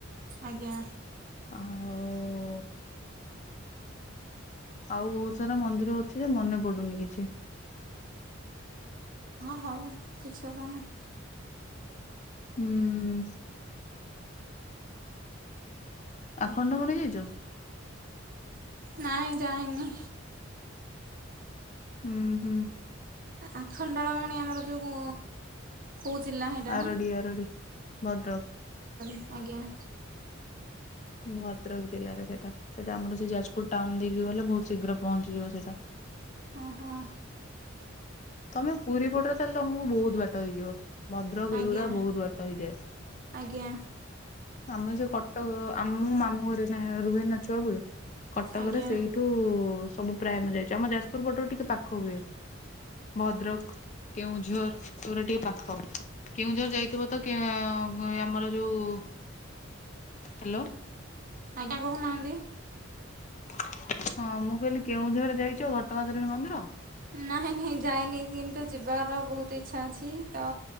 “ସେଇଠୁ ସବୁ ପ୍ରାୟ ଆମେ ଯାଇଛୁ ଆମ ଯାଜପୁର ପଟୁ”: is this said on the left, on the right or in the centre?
Left